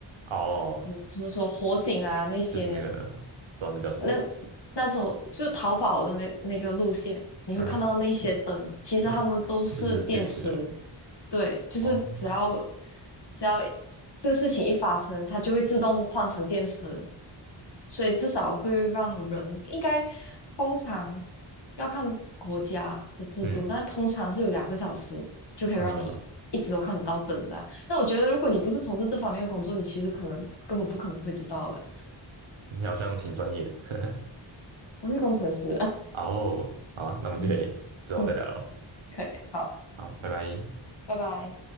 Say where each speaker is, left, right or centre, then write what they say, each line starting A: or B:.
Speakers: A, on the right; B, on the left.
A: 哦，
B: 怎么怎么说火警啊那些
A: 就是那个不知道那叫什么，
B: 那那种就是淘宝的那那个路线，你会看到那些灯，
A: 嗯哼，
B: 其实它们都是电池。
A: 那就是电池的嘛。
B: 对，就是只要
A: 哦，
B: 只要这个事情一发生，它就会自动换成电池，所以至少会让人应该通常要看国家的制度，
A: 嗯
B: 但通常是有两个小时就可以让你一直都看得到灯这样。
A: 嗯，
B: 但我觉得如果你不是从事这方面的工作，你其实可能根本不可能会知道的。
A: 你好像挺专业的。<laughs>
B: 我是工程师，
A: 哦，好啊那我们就可以之后再聊了。
B: <laughs> 嗯嗯，可以，好。
A: 好，拜拜。
B: 拜拜。